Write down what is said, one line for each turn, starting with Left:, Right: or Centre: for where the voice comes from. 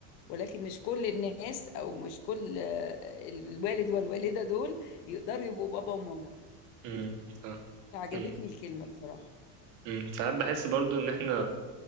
Left: ولكن مش كل الناس أو مش كل آه، الوالد والوالدة دول يقدروا يبقوا بابا وماما
Right: امم صح
Left: فعجبتني
Right: امم
Left: الكلمة بصراحة
Right: امم ساعات بحس برضو ان احنا